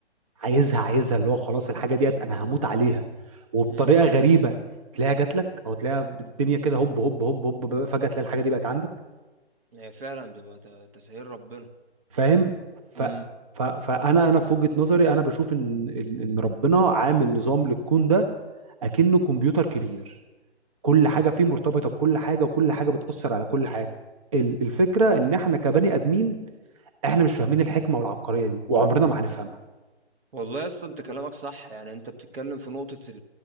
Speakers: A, on the right (about 30°); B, on the right (about 60°).
A: عايزها عايزها اللي هو خلاص الحاجه ديت انا هموت عليها وبطريقه
B: امم
A: غريبه تلاقيها جات لك او تلاقيها بالدنيا كده هوب هوب هوب هوب فجاه تلاقي الحاجه دي بقت عندك
B: هي فعلا بيبقى ت- تسهيل ربنا
A: فاهم ف
B: امم
A: ف فانا انا في وجهه نظري انا بشوف ان ان إن ربنا عامل نظام للكون ده اكنه كمبيوتر كبير كل حاجه فيه مرتبطه بكل حاجه وكل حاجه بتاثر على كل حاجه ال- الفكره ان احنا كبني ادمين احنا مش فاهمين الحكمه والعبقريه دي وعمرنا ما هنفهمها
B: والله يا اسطى انت كلامك صح يعني انت بتتكلم في نقطة